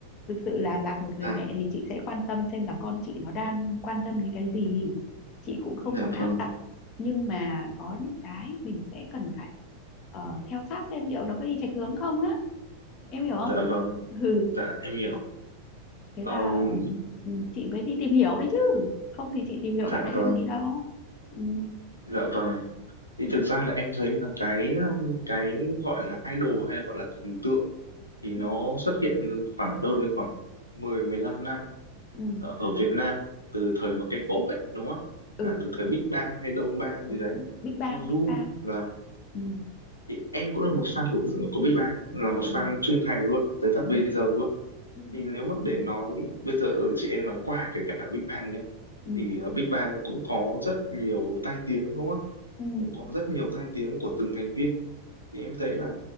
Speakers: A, on the left (about 40°); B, on the left (about 85°).
A: thực sự là là một
B: dạ
A: người mẹ thì chị sẽ quan tâm xem là con chị nó đang quan tâm đến cái gì chị cũng không
B: dạ
A: muốn áp
B: vâng
A: đặt nhưng mà có những cái mình sẽ cần phải ờ, theo sát xem liệu nó có đi chệch hướng không á em hiểu
B: dạ
A: không
B: vâng
A: <laughs>
B: dạ em hiểu
A: thế
B: Ờm,
A: là ừ, chị mới đi tìm hiểu đấy chứ không thì chị tìm hiểu bạn
B: dạ
A: ấy
B: vâng
A: làm gì đâu ừ.
B: dạ vâng thì
A: Đấy.
B: thực ra là em thấy là cái um, cái gọi là idol hay là gọi là thần tượng thì nó
A: Ừ.
B: xuất hiện khoảng đâu đấy khoảng mười mười 15 năm
A: Ừ.
B: ở, ở Việt Nam từ thời mà K-pop ấy đúng không
A: ừ
B: là từ thời Big Bang hay Đông Bang
A: đúng
B: gì
A: đúng
B: đấy
A: đúng Big Bang
B: Suzu
A: Big Bang
B: là
A: ừ.
B: thì em cũng là một fan của của Big Bang là một
A: Ừ.
B: fan trung thành luôn tới tận
A: Ừ.
B: bây giờ luôn
A: Ừ.
B: thì nếu mà để nói bây giờ chị em nói qua kể cả Big Bang nhá
A: Ừ.
B: thì ờ, Big Bang cũng có rất nhiều tai tiếng đúng không
A: Ừ.
B: cũng có rất nhiều tai tiếng của từng thành viên thì em thấy là